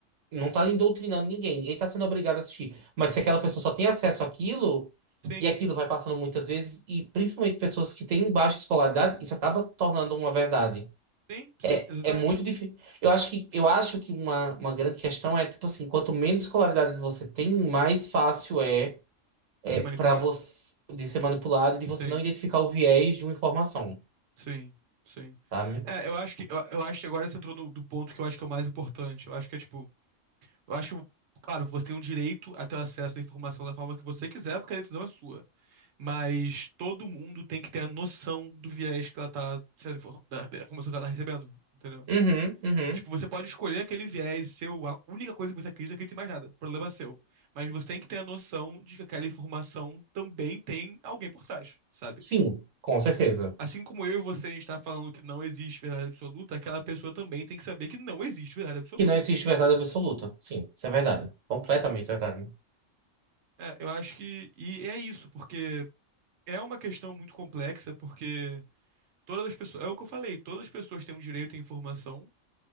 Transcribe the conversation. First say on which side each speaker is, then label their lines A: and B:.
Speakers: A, on the right; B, on the right.
A: não está indoutrinando ninguém, ninguém está sendo obrigado a assistir. Mas se aquela pessoa só tem acesso àquilo,
B: Sim,
A: e aquilo vai passando muitas vezes, e principalmente pessoas que têm baixa escolaridade, isso acaba se tornando uma verdade.
B: sim, sim,
A: É,
B: exatamente.
A: é muito difícil. Eu acho que, eu acho que uma, uma grande questão é, tipo assim, quanto menos escolaridade você tem, mais fácil é, é
B: Ser manipulado.
A: para você de ser manipulado e de
B: Sim.
A: você não identificar o viés de uma informação,
B: Sim, sim.
A: sabe?
B: É, eu acho que eu, eu acho que agora você entrou no do ponto que eu acho que é o mais importante. Eu acho que é tipo, eu acho que, claro, você tem o direito a ter acesso à informação da forma que você quiser, porque a decisão é sua. Mas todo mundo tem que ter a noção do viés que ela tá sendo infor- da da informação que ela tá recebendo, entendeu?
A: Uhum, uhum.
B: Tipo, você pode escolher aquele viés seu, a única coisa que você acredita é que não tem mais nada, problema seu. Mas você tem que ter a noção de que aquela informação também tem alguém por trás, sabe?
A: Sim, com certeza.
B: Assim como eu e você, a gente tá falando que não existe verdade absoluta, aquela pessoa também tem que saber que não existe verdade absoluta,
A: Que não existe verdade absoluta. Sim, isso é verdade. Completamente
B: entendeu?
A: verdade.
B: É, eu acho que. E é isso, porque é uma questão muito complexa, porque todas as pessoas. É o que eu falei, todas as pessoas têm o direito à informação,